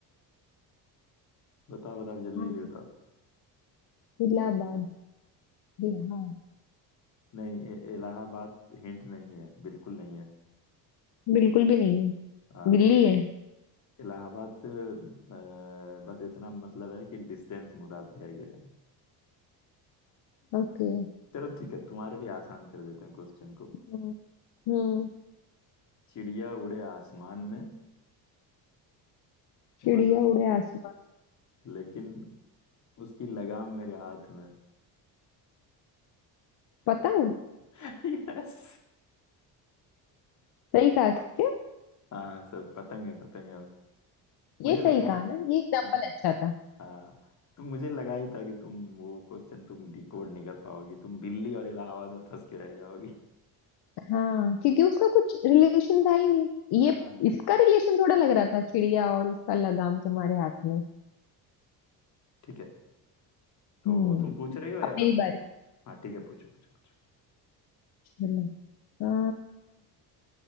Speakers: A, on the left; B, on the left.
A: बताओ बताओ जल्दी
B: हाँ
A: जल्दी
B: तो
A: बताओ
B: इलाहाबाद बिहार
A: नहीं ये इलाहाबाद हिंट नहीं है बिल्कुल नहीं है
B: बिल्कुल भी नहीं है
A: हाँ
B: बिल्ली है
A: इलाहाबाद से अ, बस इतना मतलब है कि डिस्टेंस मुराद लिया गया है
B: ओके
A: चलो ठीक है तुम्हारे लिए आसान कर देते हैं क्वेश्चन को
B: हम्म हम्म,
A: चिड़िया उड़े आसमान में
B: चिड़िया
A: बस उस,
B: उड़े आसमान
A: लेकिन उसकी लगाम मेरे हाथ में
B: पतंग
A: <laughs> यस
B: सही कहा क्या
A: हाँ सर पतंग है पतंग है मुझे
B: ये
A: लगा
B: सही कहा
A: ही
B: ना ये एग्जाम्पल
A: हाँ
B: अच्छा था
A: हाँ तो मुझे लगा ही था कि तुम वो क्वेश्चन तुम डिकोड नहीं कर पाओगी तुम दिल्ली और इलाहाबाद में फंस के रह जाओगी
B: हाँ क्योंकि उसका कुछ रिलेशन था ही नहीं
A: हाँ
B: ये इसका रिलेशन थोड़ा लग रहा था चिड़िया और उसका लगाम तुम्हारे हाथ में
A: ठीक है तो
B: हम्म
A: तुम पूछ रही हो या
B: अब
A: मैं
B: मेरी
A: पूछता
B: बारी
A: हूँ हाँ ठीक है पूछो पूछो पूछो
B: चलो आ,